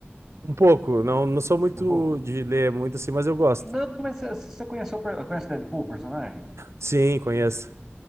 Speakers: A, on the right (about 80°); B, in the centre.
A: Um pouco, não, não sou muito
B: um pouco?
A: de ler muito assim, mas eu gosto.
B: Não, mas você, você conhece o per- conhece o Deadpool, o personagem?
A: Sim, conheço.